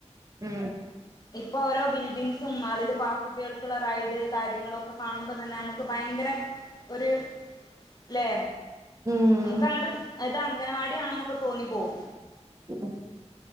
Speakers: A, on the right; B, on the left.
A: ഉം.
B: ഇപ്പൊ ഓരോ ബിൽഡിങ്സും, അതില് പാർക്ക്, കുട്ട്യാൾക്ക്ള്ള റൈഡ് കാര്യങ്ങള് ഒക്കെ കാണുമ്പോ തന്നെ നമക്ക് ഭയങ്കര ഒര്, ലേ.
A: ഉം
B: നമുക്ക് അങ്ങട്ട് ഇത് അംഗനവാടിയാണോ? എന്നൊക്കെ തോന്നിപ്പോവും.
A: ഉം.